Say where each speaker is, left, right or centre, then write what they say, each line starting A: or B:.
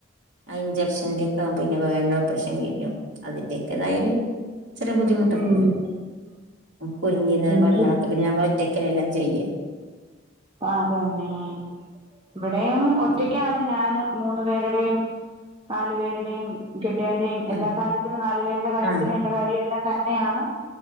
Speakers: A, on the right; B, on the right.
A: ആ ഇഞ്ചക്ഷന്റെക്കാകും പിന്നെ വേറെര് ഒപ്രഷൻ കഴിഞ്ഞു അതിൻ്റെൊക്കെ ഇതായൊരു ചെറിയ ബുദ്ധിമുട്ടൊക്കെണ്ട്
B: ഉം
A: കുന്ഞ്ഞിന്ന്
B: എനിക്ക്
A: പണികളൊക്കെ പിന്നെ നമ്മള് ഒറ്റക്കല്ലെ എല്ലാം ചെയ്യ
B: ആതന്നെ ഇവിടെയും ഒറ്റക്കാണ്
A: അതിന്
B: ഞാനും മൂന്ന് പേരുടെയും നാലു പേരുടെയും കെട്ട്യോന്റെയും എല്ലാ
A: ഉം
B: കാര്യത്തിനും നാലു പേരുടെ കാര്യത്തിനും
A: ആഹ്
B: എന്റെ കാര്യവും എല്ലാം തന്നെയാണ്